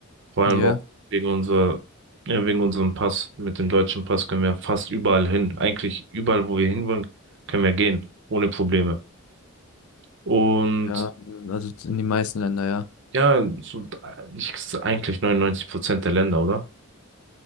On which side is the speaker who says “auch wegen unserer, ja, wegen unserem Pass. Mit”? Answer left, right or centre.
Right